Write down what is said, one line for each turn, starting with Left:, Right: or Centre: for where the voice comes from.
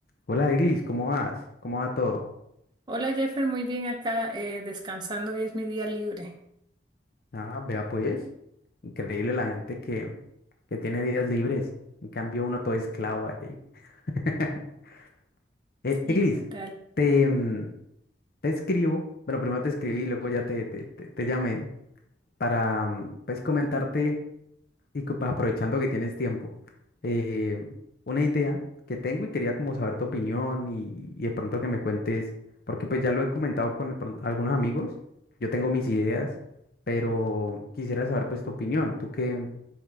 Left: Hola, Eglis, ¿cómo vas? ¿Cómo va todo?
Right: Hola Jeffer, muy bien acá, eh, descansando, hoy es mi día libre.
Left: Ah, vea pues, increíble la gente que, que tiene días libres. En cambio, uno todo esclavo ahí. <laughs> Eh,
Right: Sí,
Left: Eglis,
Right: ¿qué tal?
Left: te, mm, te escribo, bueno, primero te escribí y luego ya te, te, te- te llamé para, mm, pues, comentarte. Y que, pues, aprovechando que tienes tiempo, eh, una idea que tengo y quería como saber tu opinión y, y de pronto que me cuentes, porque pues ya lo he comentado con de pronto algunos amigos, yo tengo mis ideas, pero quisiera saber pues tu opinión, ¿tú qué,